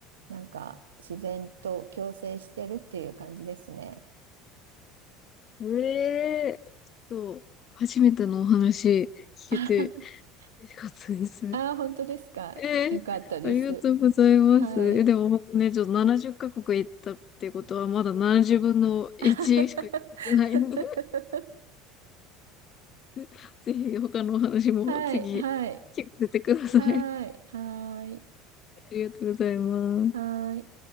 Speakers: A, on the right; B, on the left.
A: なんか自然と共生してるっていう感じですね。
B: ええちょっと、初めてのお話聞けて
A: <laughs>
B: 嬉しかったです。
A: ああー、本当ですか。
B: えーありがとうございます。
A: よかったです。はい。
B: え、でもほね、ちょっと70カ国行ったってことは、まだ70分の1しか聞いてないんで、
A: <laughs>
B: <laughs> ぜひ他のお話も次、
A: はい、はい、
B: 聞かせてください。
A: はい、はい、
B: ありがとうございます。
A: はい。